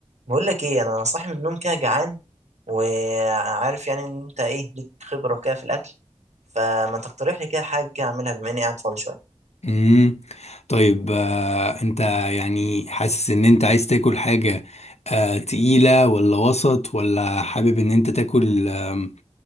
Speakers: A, on the right; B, on the left.
A: بقول لك ايه انا صاحي من النوم كده جعان وعارف يعني ان انت ايه ليك خبره كده في الاكل فما تقترح لي كده حاجه كده اعملها بما اني قاعد فاضي شويه
B: امم طيب آه، انت يعني حاسس ان انت عايز تاكل حاجة آه، تقيلة ولا وسط ولا حابب ان انت تاكل آم،